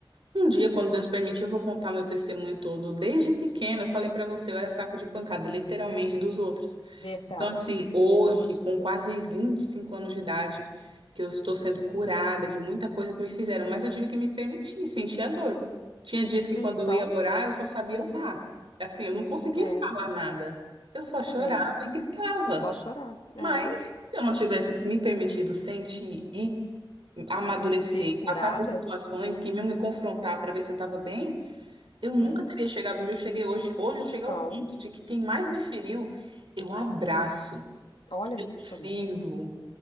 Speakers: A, on the right (about 70°); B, on the left (about 75°).
A: Um dia, quando Deus permitir, eu vou contar meu testemunho todo. Desde pequena, eu falei pra você, eu era saco de pancada, literalmente dos outros.
B: Verdade,
A: Então, assim, hoje,
B: verdade.
A: com quase 25 anos de idade, que eu estou sendo curada de muita coisa que me fizeram, mas eu tive que me permitir, sentir a dor. Tinha dias que
B: Então,
A: quando eu ia orar, eu só sabia
B: sim,
A: orar. Assim, eu não conseguia
B: é,
A: falar nada. Eu só chorava
B: é isso.
A: e gritava.
B: Só chorar. É.
A: Mas se eu não tivesse me permitido sentir e amadurecer,
B: Ser curada?
A: passar por situações que iam me confrontar para ver se eu estava bem, eu
B: Sim,
A: nunca teria chegado onde eu cheguei hoje. Hoje eu cheguei ao
B: não.
A: ponto de que quem mais me feriu, eu abraço
B: Olha
A: e eu
B: isso,
A: sirvo.
B: amigo.